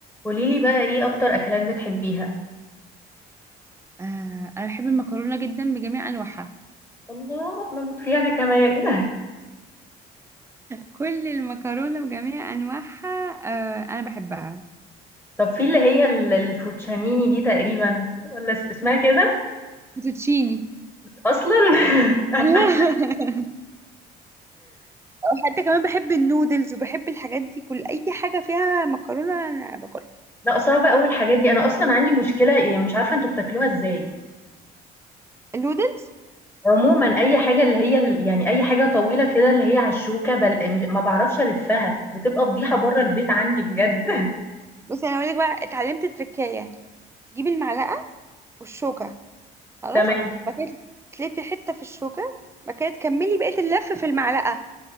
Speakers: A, in the centre; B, on the right.
A: قولي لي بقى إيه أكتر أكلات بتحبيها؟
B: آه انا بحب المكرونه جدا بجميع انواعها
A: الله باموت فيها انا كمان <laughs>
B: كل المكرونه بجميع انواعها آه انا بحبها
A: طب في اللي هي ال- الفوتشانيني دي تقريبا ولا اس- اسمها كده؟
B: فوتوتشيني
A: أصلا <laughs>
B: <laughs> وحتى كمان بحب النودلز وبحب الحاجات دي كل اي حاجه فيها مكرونه انا باكلها
A: لا صعبة أوي الحاجات دي أنا أصلا عندي مشكلة إيه مش عارفة أنتوا بتاكلوها إزاي
B: النودلز
A: عموما أي حاجة اللي هي ال- يعني أي حاجة طويلة كده اللي هي على الشوكة بل... م- ما بعرفش ألفها بتبقى فضيحة بره البيت عندي بجد <laughs>
B: بس انا هقول لك بقى اتعلمت التركايه تجيبي المعلقه والشوكه خلاص
A: تمام
B: بعد كده تلفي حته في الشوكه بعد كده تكملي بقيه اللف في المعلقه